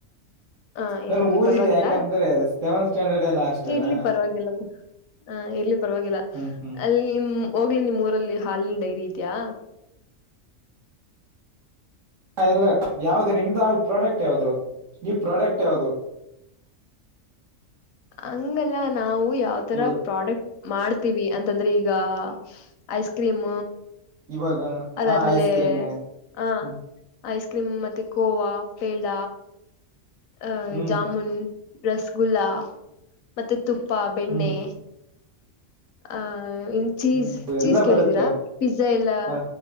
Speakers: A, on the left (about 80°); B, on the right (about 65°).
A: ಹಾ
B: ನಾನು
A: ಇರ್ಲಿಿ
B: ಓದಿಲ್ಲ
A: ಪರವಾಗಿಲ್ಲ
B: ಯಾಕಂದ್ರೆ ಸೆವೆನ್ ಸ್ಟ್ಯಾಂಡರ್ಡ್ ಎಲ್ಲ ಅಷ್ಟೆ ಅಲ್ಲ
A: ಇರ್ಲಿ ಪರವಾಗಿಲ್ಲ ಹ ಎಲ್ಲಿ ಪರವಾಗಿಲ್ಲ
B: ಹ್ಮ್ ಹ್ಮ್
A: ಅಲ್ಲಿ ಹೋಗ್ಲಿ ನಿಮ್ಮೂಊರಲ್ಲಿ ಹಾಲಿನ್ ಡೈರಿ ಇದಿಯಾ
B: ಹಾ ಇಲ್ಲ ಯಾವವು್ದ ನಿಮ್ದ ಅಲ್ ಪ್ರಾಡಕ್ಟ್ ಯಾವದು ನೀ ಪ್ರಾಡಕ್ಟ್ ಯಾವವು್ದದು
A: ಹಂಗಲ್ಲ ನಾವು ಯಾವತರ
B: ಇವಾಗ
A: ಪ್ರಾಡಕ್ಟ್ ಮಾಡ್ತೀವಿ ಅಂತಂದ್ರೆ ಈಗ ಐಸ್ ಕ್ರೀಮ
B: ಇವಾಗ
A: ಅದಾದ್ಮೇಲೆ
B: ಹಾ ಐಸ್ ಕ್ರೀಮು
A: ಹಾ
B: ಹ್ಮ್
A: ಐಸ್ ಕ್ರೀಮ್ ಮತ್ತೆ ಕೋವಾ ಪೇಡ ಅ
B: ಹ್ಮ್
A: ಜಾಮೂನ್ ರಸಗುಲ್ಲಾ ಮತ್ತೆ ತುಪ್ಪ ಬೆಣ್ಣೆ
B: ಹ್ಮ್
A: ಆಹ ಇ ಚೀಸ್
B: ಹ್ಮ್ ಎಲ್ಲ
A: ಚೀಸ್ ಕೇಳಿದೀರಾ
B: ಬರುತ್ತೆ
A: ಪಿಜ್ಜಾ ಎಲ್ಲಾ
B: ಹಾ